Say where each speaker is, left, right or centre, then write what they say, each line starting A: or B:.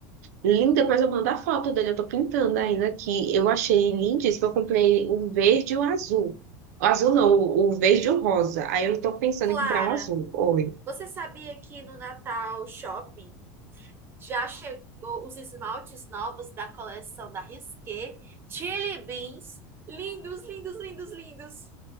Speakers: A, on the right (about 85°); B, on the right (about 25°).
A: Lindo, depois eu mando a foto dele. Eu tô pintando ainda aqui. Eu achei lindíssimo. Eu comprei o verde e o azul. O azul não, o o verde e o rosa. Aí eu tô pensando
B: Clara,
A: em comprar um azul. Oi.
B: Você sabia que no Natal Shopping já chegou os esmaltes novos da coleção da Risqué? Chili Beans, lindos, lindos, lindos, lindos.